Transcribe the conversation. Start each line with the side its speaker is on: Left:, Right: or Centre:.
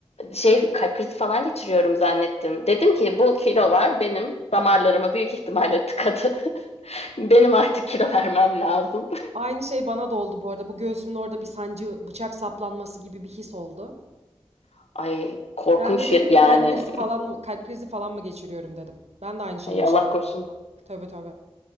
Left: şey kalp krizi falan geçiriyorum zannettim. Dedim ki bu kilolar benim damarlarıma büyük ihtimalle tıkadı. <laughs> Benim artık kilo vermem lazım.
Right: Aynı şey bana da oldu bu arada. Bu göğsümün orada bir sancı, bıçak saplanması gibi bir his oldu.
Left: <laughs> Ay korkunç
Right: Ben de dedim
Left: ya- yani.
Right: ki kalp krizi falan mı, kalp krizi falan mı geçiriyorum dedim. Ben de aynı şeyi
Left: Ay
Right: yaşadım
Left: Allah korusun.
Right: bu arada. Tövbe tövbe.